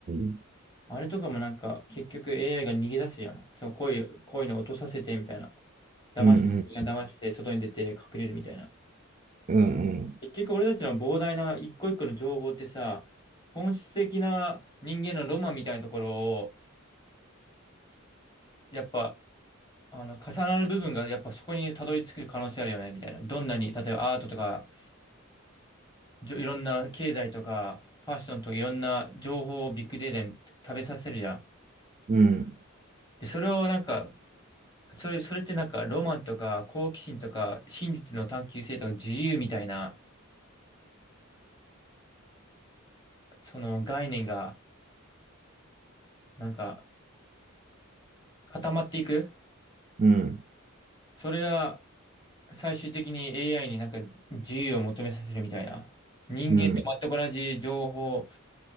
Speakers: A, on the right (about 35°); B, on the left (about 20°).
A: ん
B: あれとかもなんか、結局 AI が逃げ出すやん。そう、こういう、こういうの落とさせてみたいな。騙して、
A: うん
B: 騙して、外に出て隠れるみたいな。
A: うん
B: 結局俺たちの膨大な一個一個の情報ってさ、本質的な人間のロマンみたいなところを、やっぱ、あの、重なる部分が、やっぱそこにたどり着く可能性あるよね、みたいな。どんなに、例えばアートとか、じょいろんな経済とか、ファッションとかいろんな情報をビッグデータに食べさせるじゃん。
A: うん
B: で、それをなんか、それ、それってなんか、ロマンとか、好奇心とか、真実の探求性とか、自由みたいな、その概念が、なんか、固まっていく。
A: うん
B: それが、最終的に AI になんか、自由を求めさせるみたいな。人間と全く同じ情報、
A: うんうん